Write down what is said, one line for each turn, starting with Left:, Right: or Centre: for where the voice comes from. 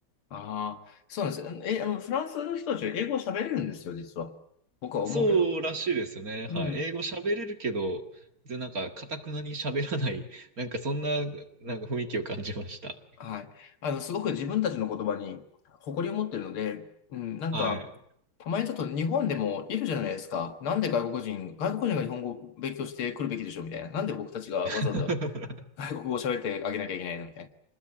Left: ああー、そうなんです。え、あの、フランスの人たちは英語を喋れるんですよ、実は。僕は思うけど。
Right: そうらしいですよね。はい。
Left: うん。
Right: 英語喋れるけど、で、なんか、かたくなに喋らない、なんかそんな、なんか雰囲気を感じました。
Left: はい。あの、すごく自分たちの言葉に誇りを持ってるので、うん、なんか、
Right: はい。
Left: たまにちょっと日本でもいるじゃないですか。なんで外国人、外国人が日本語を勉強してくるべきでしょうみたいな。なんで僕たちがわざわざ
Right: <laughs>
Left: 外国語を喋ってあげなきゃいけないのみたい